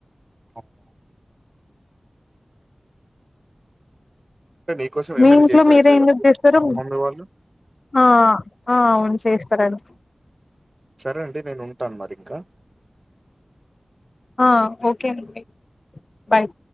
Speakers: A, on the right; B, on the left.
A: అవునా అంటే నీకోసం
B: మీ
A: ఏమైనా
B: ఇంట్లో
A: చేసి పెడతది
B: మీరేం ఎందుకు
A: కదా!
B: చేస్తరూ?
A: మీ మమ్మీ వాళ్ళు.
B: అ ఆ అవును చేస్తరను
A: సరే అండి నేను ఉంటాను మరి ఇంకా.
B: ఆ ఓకేనండి. బాయ్